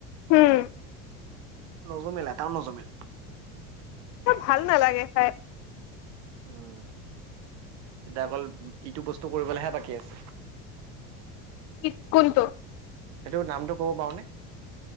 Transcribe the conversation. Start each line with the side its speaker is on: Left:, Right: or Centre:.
Left: হোম
Right: নজমিল এটা নজুমিল
Left: মোৰ ভাল নালাগে খাই
Right: উম এতিয়া অকল ইটো বস্তু কৰিবলৈহে বাকী আছে
Left: ইত কোনটো
Right: এইটো নামটো ক'ব পাৰোনে